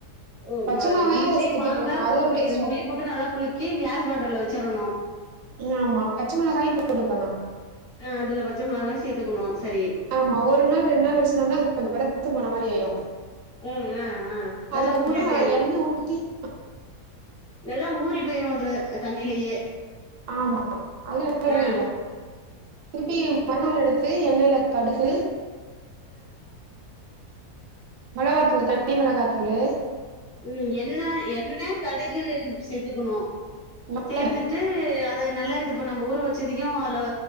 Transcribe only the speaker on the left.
ஓமா
அது
இஞ்சி
மாங்கா
உப்பு
இது மூனயு
போட்டு நல்லா குளுக்கி கிளாஸ் பாட்டுல வச்சரணு
அ அதுல பச்ச மெளகாயு சேத்துக்குணு செரி
ம் ஆ ஆ நல்லா
ஊறி போயிரு
நல்லா ஊறி பேயிரு அதுல தண்ணிலயே
அ
ம் எண்ண எண்ண கடுகு சேத்துக்கணு
சேர்த்துட்டு அத நல்லா இது இப்ப நம்ப ஊற வச்சதையு அத்ல